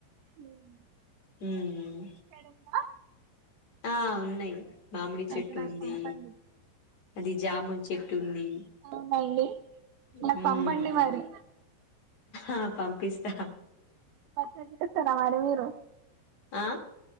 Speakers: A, on the right; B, on the left.
A: లేదండి
B: మ్
A: హలో
B: ఆ ఉన్నాయి మామిడి
A: అయితే
B: చెట్టుంది
A: నాకు పంపండి
B: అది జామున్ చెట్టుంది
A: అవునా అండి నాకు
B: హ్మ్
A: పంపండి మరి
B: ఆ పంపిస్తా
A: పచ్చడి చేస్తారా మరి మీరు
B: ఆ